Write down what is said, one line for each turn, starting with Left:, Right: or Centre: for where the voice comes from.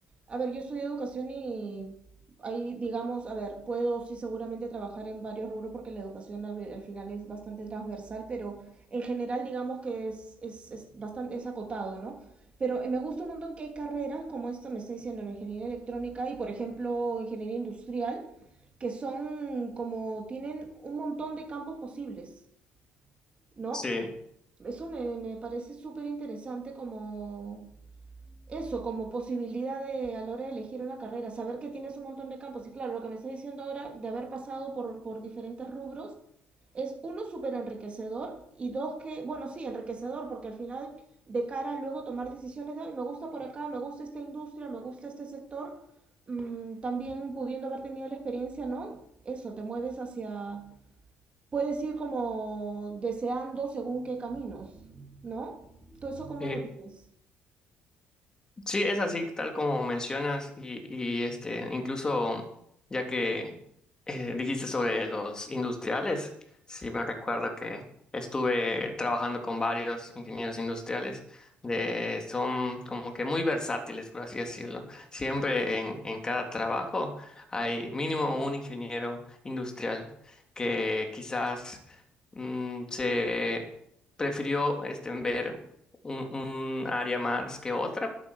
Right: a ver, yo estudio educación y ahí, digamos, a ver, puedo sí seguramente trabajar en varios rubros porque la educación al, al final es bastante transversal, pero en general digamos que es, es, es bastante, es acotado, ¿no? Pero eh, me gusta un montón que hay carreras, como esto me está diciendo, en ingeniería electrónica y, por ejemplo, ingeniería industrial, que son como, tienen un montón de campos posibles, ¿no?
Left: Sí.
Right: Eso me, me parece súper interesante como eso, como posibilidad de a la hora de elegir una carrera, saber que tienes un montón de campos. Y claro, lo que me estás diciendo ahora de haber pasado por, por diferentes rubros es uno súper enriquecedor y dos que, bueno, sí, enriquecedor porque al final de cara a luego tomar decisiones de, "Ay, me gusta por acá, me gusta esta industria, me gusta este sector, mm, también pudiendo haber tenido la experiencia, ¿no? Eso, te mueves hacia puedes ir como deseando según qué caminos, ¿no? ¿Tú eso cómo
Left: Sí.
Right: lo vives?
Left: Sí, es así, tal como mencionas, y, y, este, incluso ya que eh, dijiste sobre los industriales, sí me recuerdo que estuve trabajando con varios ingenieros industriales, de, son como que muy versátiles, por así decirlo. Siempre en, en cada trabajo hay mínimo un ingeniero industrial que quizás mm, se prefirió este, ver un un área más que otra